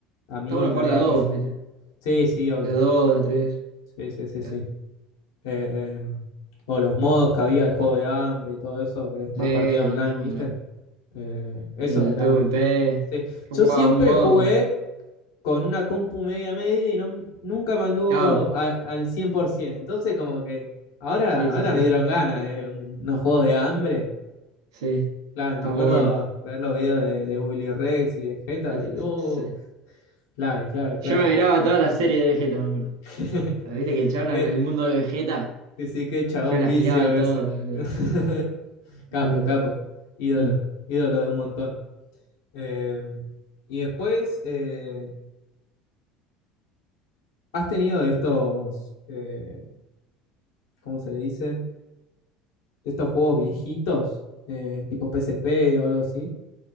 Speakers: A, on the left; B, on the right.
A: a mí
B: Está bueno
A: me
B: jugar
A: viene
B: de a dos,
A: joya.
B: ¿viste?
A: Sí, sí, obvio.
B: De a dos, de a tres.
A: Sí, sí, sí,
B: Claro.
A: sí. Eh, eh, o los modos que había, el juego de hambre y todo eso, que es
B: Sí,
A: más partida online,
B: los juegos,
A: ¿viste?
B: de la-
A: Eh, eso
B: el
A: era.
B: PvP.
A: Sí.
B: Yo
A: Yo
B: jugaba
A: siempre
B: un modo.
A: jugué con una compu media media y no, nunca me anduvo
B: Cabo.
A: a- al 100%. Entonces, como que ahora,
B: Sí, sí,
A: ahora
B: sí,
A: me
B: sí.
A: dieron ganas de unos juegos de hambre.
B: Sí.
A: Clave,
B: Está
A: me acuerdo
B: muy bueno.
A: ver los videos de, de Willy Rex y de Jetta
B: <laughs>
A: y oh,
B: Sí.
A: clave, clave, clave.
B: Yo me miraba toda la serie de Vegeta, me acuerdo.
A: <laughs>
B: Viste que el chabón
A: Qué-
B: el mundo de Vegeta,
A: Sí, sí, qué chabón
B: yo las
A: vicio
B: miraba
A: ese.
B: todas, boludo.
A: <laughs> Capo,
B: Muy lindo.
A: capo. Ídolo.
B: Mm.
A: Ídolo de un montón. Eh, y después, eh, ¿Has tenido de estos, eh, ¿cómo se le dice? De estos juegos viejitos, eh, tipo PSP o algo así,